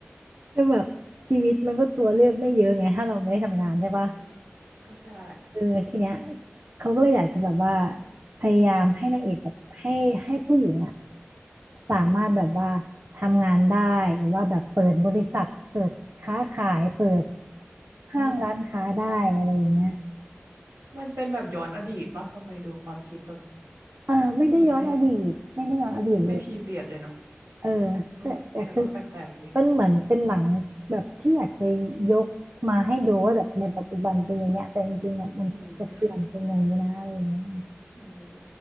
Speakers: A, on the right (about 55°); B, on the right (about 75°).
A: คือแบบชีวิตมันก็ตัวเลือกไม่เยอะไงถ้าเราไม่ได้ทำงานใช่ปะ
B: อืมก็ใช่
A: เออทีเนี้ยเขาก็เลยอยากจะแบบว่าพยายามให้นางเอกแบบให้ให้ผู้หญิงอะสามารถแบบว่าทำงานได้หรือว่าแบบเปิดบริษัทเปิดค้าขายเปิด
B: อืม
A: ห้างร้านค้าได้อะไรอย่างเงี้ย
B: ฮะมันเป็นแบบย้อนอดีตปะทำไมดูความคิดแบบ
A: อ่าไม่ได้ย้อนอดีตไม่ได้ย้อนอดีตเลย
B: ดูไม่ ดูไม่พีเรียดเลยเนาะ
A: เออ
B: เออแต่ก็แปลกๆดี
A: แต่แต่คือมันเหมือนเป็นหนังแบบที่อยากจะยกมาให้ดูว่าแบบในปัจจุบันเป็นอย่างเงี้ยแต่จริงๆอ่ะมันควรจะเปลี่ยนเป็นอย่างนี้นะอะไรอย่างเงี้ย
B: อืมอืม